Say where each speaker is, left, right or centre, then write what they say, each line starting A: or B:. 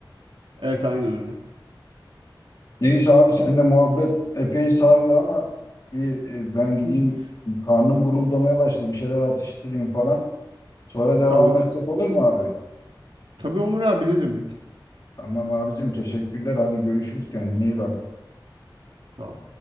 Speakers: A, on the right; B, on the left.
A: Evet aynen öyle.
B: Neyse abi seninle muhabbet epey sardı ama bir, e, ben gideyim
A: Hı,
B: karnım guruldamaya başladı. Bir şeyler atıştırayım falan. Sonra devam
A: Tamam.
B: etsek olur mu abi?
A: Tabii olur abi ne demek.
B: Tamam abicim teşekkürler. Hadi görüşürüz. Kendine iyi bak.
A: Sağ ol.